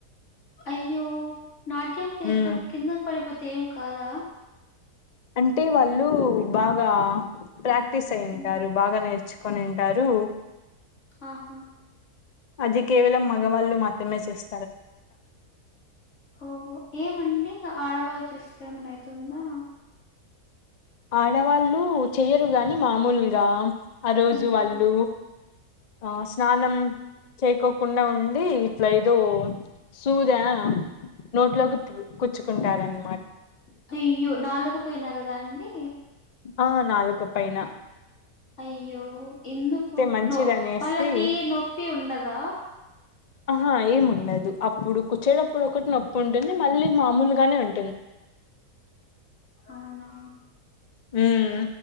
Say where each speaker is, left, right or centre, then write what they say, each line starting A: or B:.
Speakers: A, on the left (about 50°); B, on the left (about 65°).
A: అయ్యో! నాట్యం చేసేటపుడు
B: ఉమ్
A: కింద పడిపోతే ఏం కాదా!
B: అంటే వాళ్ళు బాగా ప్రాక్టీస్ అయింటారు.
A: హ్మ్.
B: బాగా నేర్చ్ కొనుంటారు.
A: ఆహా
B: అది కేవలం మగవాళ్ళు మాత్రమే చేస్
A: ఓహో ఏమండి ఆడవాళ్ళు చేస్తే ఏం అన్న అయి తుందా?
B: ఆడవాళ్ళు చెయ్యరు గాని మామూలుగా ఆ రోజు
A: ఉమ్.
B: వాళ్ళు ఆ స్నానం చేయికోకుండా ఉండి ఇట్ల ఏదో సూదా నోట్లోకి కుచ్చుకుంటారన్
A: తియ్యో నాలుక పొయిన కదా అండి.
B: ఆ నాలుక పైనా
A: అయ్యో ఎందుకు
B: మంచిదనేసి
A: నో వాళ్ళకి నొప్పి ఉండదా!
B: ఆహా ఏం ఉండదు. అప్పుడు కుచ్చేటప్పుడు ఒకటి నొప్పి ఉంటుంది. మళ్ళీ మామూలుగానే ఉం
A: అవునా
B: ఉమ్